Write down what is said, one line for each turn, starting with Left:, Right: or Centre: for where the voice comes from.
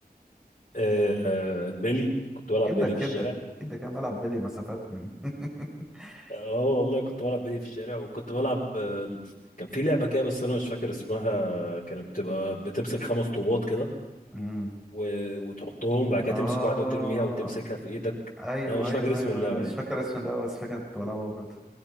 Left: آه، آه، بيلي كنت بلعب
Centre: كده
Left: بيلي
Centre: كده
Left: في الشارع
Centre: كده كان بلعب بلي مسافات من- <laughs>
Left: اه والله كنت بلعب بلي في الشارع وكنت بلعب آه، كان في لعبة كده بس انا مش فاكر اسمها كانت بتبقى بتمسك خمس طوبات كده
Centre: امم
Left: و... وتحطهم بعد كده
Centre: اه
Left: تمسك واحدة وترميها وتمسكها في ايدك
Centre: ايوه
Left: انا مش
Centre: ايوه
Left: فاكر اسم
Centre: ايوه
Left: اللعبة
Centre: انا مش
Left: دي
Centre: فاكر اسم اللعبه بس فاكر كنت بلعبها برضه